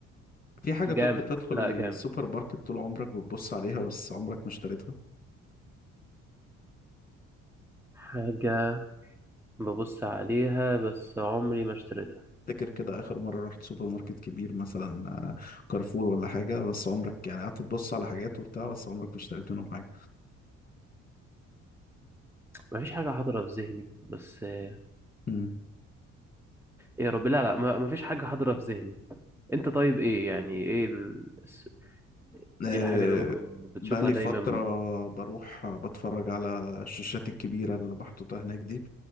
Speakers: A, on the left (about 20°); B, in the centre.
A: في حاجة
B: جامد
A: طب بتدخل
B: لا جامد
A: السوبر ماركت طول عمرك بتبص عليها بس عمرك ما اشتريتها
B: حاجه ببص عليها بس عمري ما اشتريتها
A: تفتكر كده اخر مرة رحت سوبر ماركت كبير مثلا آه، كارفور ولا حاجة بس عمرك يعني قعدت تبص على حاجات وبتاع بس عمرك ما اشتريت منهم حاجة
B: مفيش حاجة حاضرة في ذهني بس آه،
A: مم.
B: ايه يا رب لا لا ما- مفيش حاجة حاضرة في ذهني انت طيب ايه يعني ايه ال... الس-
A: آه،
B: ايه الحاجة اللي ممكن بتشوفها
A: بقالي
B: دايما
A: فترة بروح بتفرج على الشاشات الكبيرة اللي محطوطة هناك دي